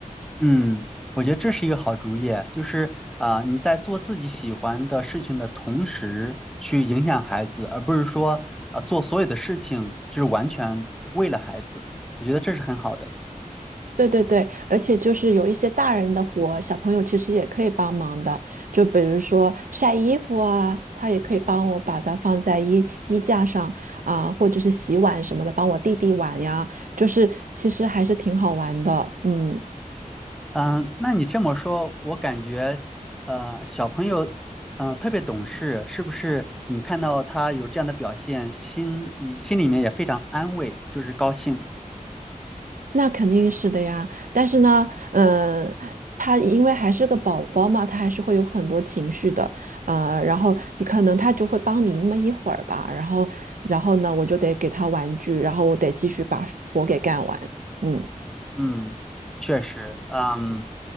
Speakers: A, in the centre; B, on the right.
A: 嗯，我觉得这是一个好主意，就是啊、你在做自己喜欢的事情的同时，去影响孩子，而不是说啊、做所有的事情就是完全为了孩子。我觉得这是很好的。
B: 对对对，而且就是有一些大人的活，小朋友其实也可以帮忙的。就比如说晒衣服啊，他也可以帮我把它放在衣衣架上啊，或者是洗碗什么的，帮我弟弟碗呀。就是其实还是挺好玩的，嗯。
A: 嗯，那你这么说，我感觉，呃，小朋友，嗯、特别懂事，是不是？你看到他有这样的表现，心里心里面也非常安慰，就是高兴。
B: 那肯定是的呀，但是呢，嗯、他因为还是个宝宝嘛，他还是会有很多情绪的，呃，然后你可能他就会帮你那么一会儿吧，然后，然后呢，我就得给他玩具，然后我得继续把活给干完。嗯，
A: 嗯，确实，嗯，